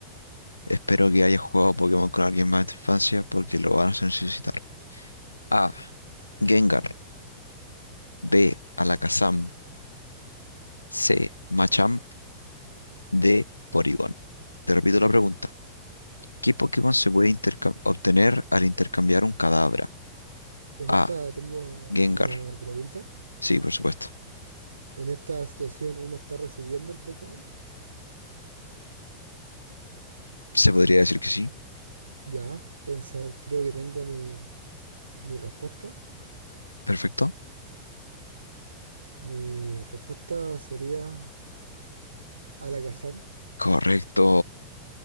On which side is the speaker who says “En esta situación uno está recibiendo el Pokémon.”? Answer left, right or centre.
Right